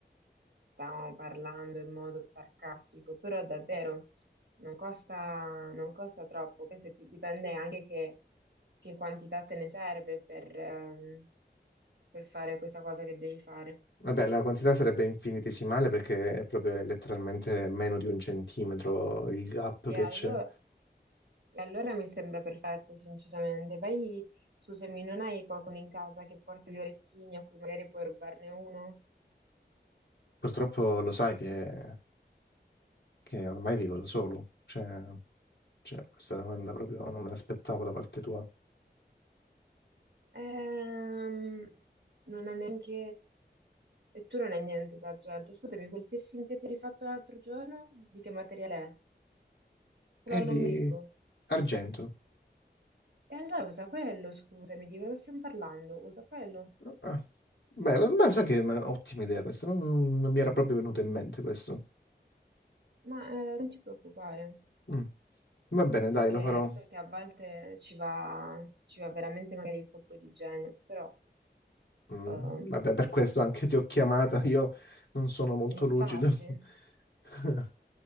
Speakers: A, on the right; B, on the left.
A: Stavamo parlando in modo sarcastico, però davvero non costa, non costa troppo. Poi se ti dipende anche che, che quantità te ne serve per, ehm, per fare questa cosa che devi fare.
B: Vabbè, la quantità sarebbe infinitesimale perché è proprio letteralmente meno di un centimetro il gap
A: E
B: che
A: allora,
B: c'è.
A: e allora mi sembra perfetto, sinceramente. Vai, scusami, non hai qualcuno in casa che porta gli orecchini a cui magari puoi rubarne uno?
B: Purtroppo lo sai che, che ormai vivo da solo. Cioè, cioè, questa domanda proprio non me l'aspettavo da parte tua.
A: Ehm, non è neanche... E tu non è niente d'argento. Scusami, quel piercing che ti eri fatto l'altro giorno, di che materiale è? Quello
B: È
A: all'ombrico.
B: di argento.
A: E allora usa quello, scusami, di cosa stiamo parlando? Usa quello.
B: Ah, Bella, ma sai che è un'ottima idea questa, non, non mi era proprio venuta in mente questo.
A: Ma eh, non ti preoccupare.
B: Mm. Va bene,
A: So
B: dai,
A: che,
B: lo farò.
A: so che a volte ci va, ci va veramente magari il colpo di genio, però
B: Mm,
A: ehm,
B: vabbè, per questo anche ti ho chiamata, io non sono molto
A: infatti...
B: lucido. <laughs>